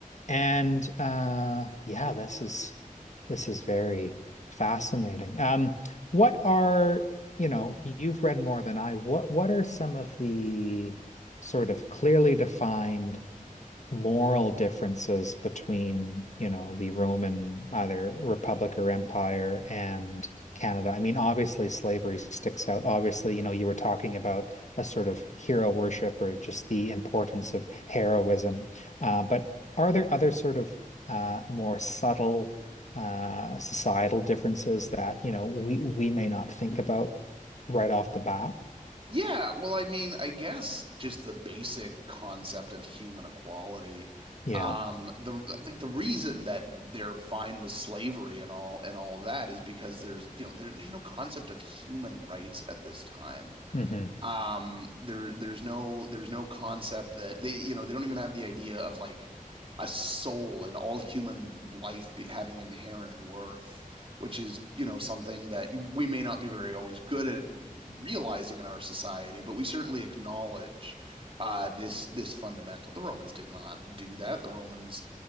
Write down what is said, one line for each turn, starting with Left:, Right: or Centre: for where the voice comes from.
Left: and uh, yeah, this is this is very fascinating. Um, what are you know, you've read more than I. What what are some of the sort of clearly defined moral differences between, you know, the Roman either republic or empire and Canada. I mean, obviously slavery sticks out. Obviously, you know, you were talking about a sort of hero worship or just the importance of heroism. Uh, but are there other sort of uh, more subtle uh, societal differences that, you know, we we may not think about right off the bat?
Right: Yeah, well, I mean, I guess just the basic concept of human equality.
Left: Yeah.
Right: Um, the I think the reason that they're fine with slavery and all and all of that is because there's you know there, there's no concept of human rights at this time.
Left: hmm
Right: Um, there there's no there's no concept that they you know they don't even have the idea of like a soul and all human life be, having inherent worth, which is you know something that we may not be very always good at realizing in our society, but we certainly acknowledge. Uh, this this fundamental. The Romans did not do that. The Romans